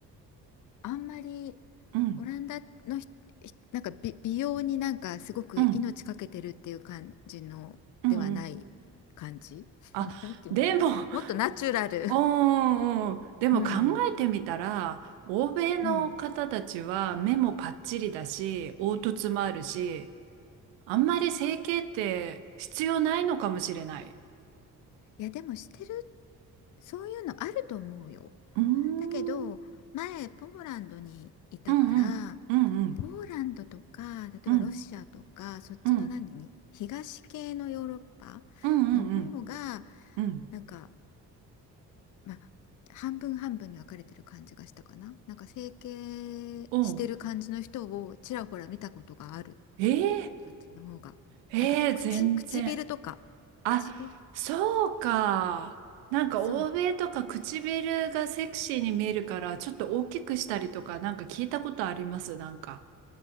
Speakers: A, on the left; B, on the right.
A: あんまり
B: うん
A: オランダのひ、ひなんか美、美容になんかすごく命かけてるっていう感じのではない感じ。
B: うんうんうん。あ、
A: <laughs> なんて言うんだろう。
B: でも、<laughs>
A: もっとナチュラル。
B: うんうんうん。でも考えてみたら、
A: うん。
B: 欧米の方たちは目もパッチリだし、
A: うん。
B: 凹凸もあるし、あんまり整形って必要ないのかもしれない。
A: いや、でもしてる、そういうのあると思うよ。
B: うーん。
A: だけど、前、ポーランドにいたから、
B: うんうん。うんうん。
A: ポーランドとか、例えばロシアとか、
B: うん
A: そっちの何に、
B: うん。
A: 東系のヨーロッパの方が、
B: うんうんうん。うん
A: なんか、まあ、半分半分に分かれてる感じがしたかな。なんか整形してる感じの人をちらほら見たことがある。
B: おうえー、
A: あっちの方が。
B: ええ全然。
A: なんか口、唇とか。
B: あ、
A: 唇
B: そうか。なんか欧米とか唇がセクシーに見えるからちょっと大きくしたりとかなんか聞いたことあります。
A: そう。
B: なんか